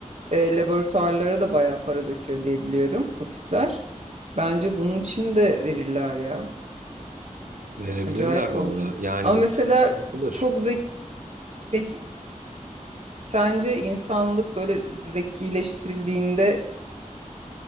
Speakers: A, on the right; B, on the right.
A: e, laboratuvarlara da bayağı para döküyor diye biliyorum bu tipler. Bence bunun için de verirler ya.
B: Verebilirler
A: Acayip
B: valla.
A: olur.
B: Yani
A: Ama mesela
B: bunu yapılır.
A: çok zeki, peki sence insanlık böyle zekileştirildiğinde